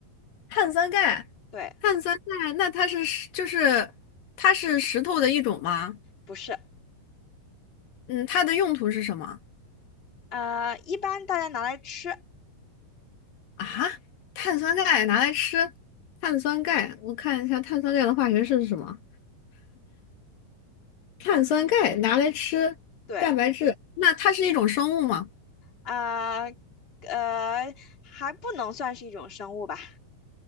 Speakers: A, on the left; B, on the left.
A: 碳酸钙，
B: 对，
A: 碳酸钙，那它是石就是它是石头的一种吗？
B: 不是，
A: 嗯，它的用途是什么
B: 呃，一般大家拿来吃，
A: 啊？碳酸钙拿来吃，碳酸钙，我看一下碳酸钙的化学式是什么？碳酸钙拿来吃蛋白质，
B: 对，
A: 那它是一种生物吗？
B: 啊、呃，还不能算是一种生物吧，